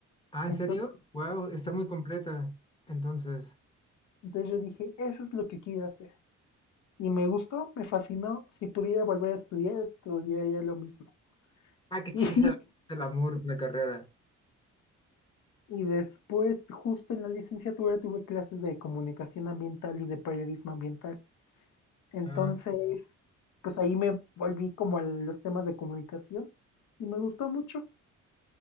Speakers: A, on the left; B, on the left.
A: Ah, ¿en
B: Entonces,
A: serio? Wow, está
B: sí,
A: muy completa. Entonces,
B: Entonces yo dije, eso es lo que quiero hacer. Y me gustó, me fascinó. Si pudiera volver a estudiar, estudiaría lo mismo.
A: ah, qué <laughs>
B: <laughs>
A: chido.
B: Y,
A: Es el amor de la carrera.
B: y después, justo en la licenciatura, tuve clases de comunicación ambiental y de periodismo ambiental. Entonces,
A: Ah,
B: pues ahí me volví como a los temas de comunicación y me gustó mucho.